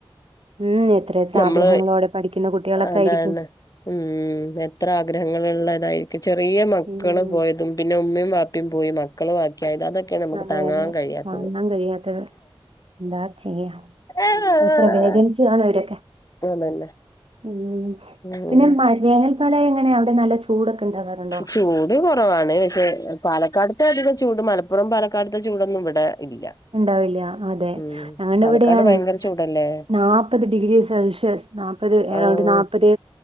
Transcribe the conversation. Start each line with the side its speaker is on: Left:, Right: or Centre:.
Right: ഉം എത്ര എത്ര
Left: നമ്മള്
Right: ആഗ്രഹങ്ങളോടെ പഠിക്കുന്ന കുട്ടികളൊക്കെ
Left: അതാണ്
Right: ആയിരിക്കും
Left: ഉം എത്ര ആഗ്രഹങ്ങള്ള നതായിരിക്ക ചെറിയ മക്കള്
Right: ഉം
Left: പോയതും പിന്നെ ഉമ്മയും വാപ്പിയും പോയി മക്കള് ത അതൊക്കെയ നമുക്ക്
Right: അതെ
Left: തങ്ങാൻ
Right: അതെ
Left: കഴിയാത്തത്
Right: താങ്ങാൻ കഴിയാത്തത് എന്താ ചെയ്യാ
Left: <unintelligible>
Right: എത്ര വേജൻസി ആണ് ഇവരൊക്കെ
Left: അതന്നെ
Right: ഉം
Left: ഉം
Right: പിന്നെ മ വേനൽക്കാലം എങ്ങനെ അവിടെ നല്ല ചൂടൊക്കെ ഉണ്ടാകാറുണ്ടോ
Left: ചൂട് കുറവാണ് പക്ഷെ പാലക്കാട്ത്തെ അധികം ചൂട് മലപ്പുറം പാലക്കാട്ത്തെ ചൂടൊന്നും ഇവിടെ ഇല്ല
Right: ഉണ്ടാവില്ല അതെ
Left: ഉം
Right: അങ്ങണ്ട്
Left: പാലക്കാട്
Right: എവിടെയാണ്
Left: ഭയങ്കര ചൂടല്ലേ
Right: നാല്പ്പത് ഡിഗ്രി സെൽഷ്യസ് നാപ്പത് എറൗണ്ട്
Left: ആഹ്
Right: നാല്പ്പത്